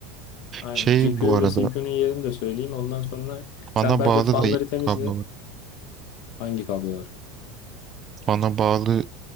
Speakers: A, on the left; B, on the right.
A: Aynen.
B: Şey
A: GPU
B: bu
A: ile
B: arada.
A: CPU'nun yerini de söyleyeyim. Ondan sonra sen
B: Fana
A: bence
B: bağlı
A: fanları
B: da
A: temizle.
B: kablo var.
A: Hangi kablo var?
B: Fana bağlı.